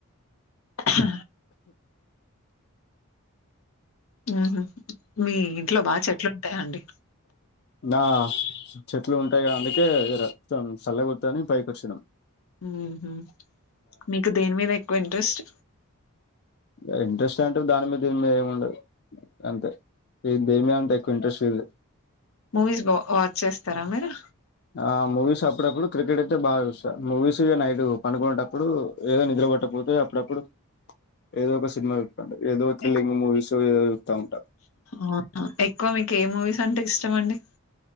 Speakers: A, on the left; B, on the left.
A: అహ్హ్ ఉహు మీ ఇంట్లో బా చెట్లుంటాయ అండి
B: దా చెట్లు ఉంటాయి గా అందుకే రం చల్లగా వత్తదని పైకొచ్చినం
A: ఉహు మీకు దేని మీద ఎక్కువ ఇంట్రెస్ట్
B: ఈగ ఇంట్రెస్ట్ అంటు దాని మీద దీని మీద ఎమ్ ఉండదు అంతే ఎమ్ దేని మీదంత ఎక్కువ ఇంట్రెస్ట్ లేదులే
A: మూవీస్ బా ఓచ్ చేస్తారా మీరు
B: ఆ మూవీస్ అప్పుడు అప్పుడు క్రికెట్ అయితే బాగా చూస్తా మూవీస్ ఈగ నైట్ పడుకునేటప్పుడు ఏదో నిదురా పోయేటప్పుడు పోతే అప్పుడ అప్పుడు ఏదో ఒక సినిమా సుత్తంట ఏదో థ్రిల్లింగ్
A: ఎక్
B: మూవీస్ ఏదో ఉంటా
A: అవునా ఎక్కువ మీకు ఏ మూవీస్ అంటే ఇష్టం అండి